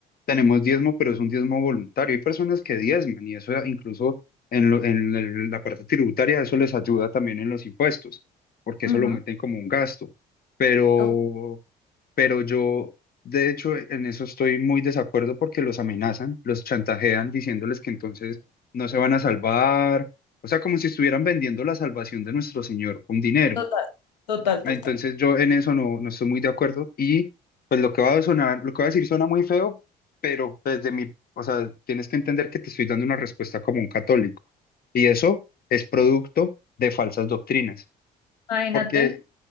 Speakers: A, on the left; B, on the left.
A: tenemos diezmo, pero es un diezmo voluntario. Hay personas que diezman y eso incluso en, lo- en el- la parte tributaria, eso les ayuda también en los impuestos, porque eso
B: ujú,
A: lo meten como un gasto. Pero,
B: ok,
A: pero yo, de hecho, en eso estoy muy desacuerdo porque los amenazan, los chantajean diciéndoles que entonces no se van a salvar. O sea, como si estuvieran vendiendo la salvación de nuestro Señor con dinero.
B: Total, total,
A: Ah,
B: total.
A: Entonces yo en eso no, no estoy muy de acuerdo y pues lo que va a sonar, lo que va a decir suena muy feo, pero desde mi, o sea, tienes que entender que te estoy dando una respuesta como un católico y eso es producto de falsas doctrinas,
B: Imagínate.
A: porque